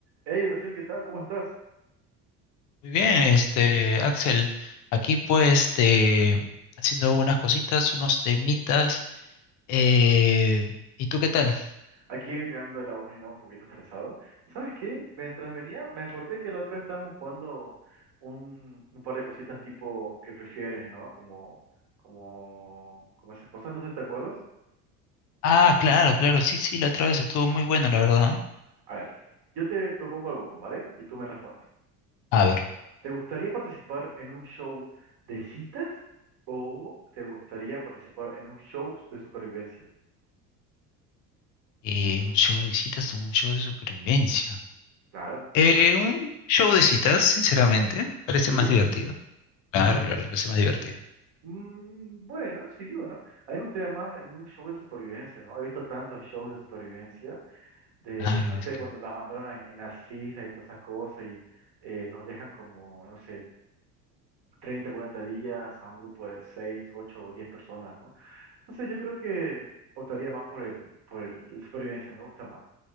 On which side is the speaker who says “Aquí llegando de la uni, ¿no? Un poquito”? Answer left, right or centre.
Right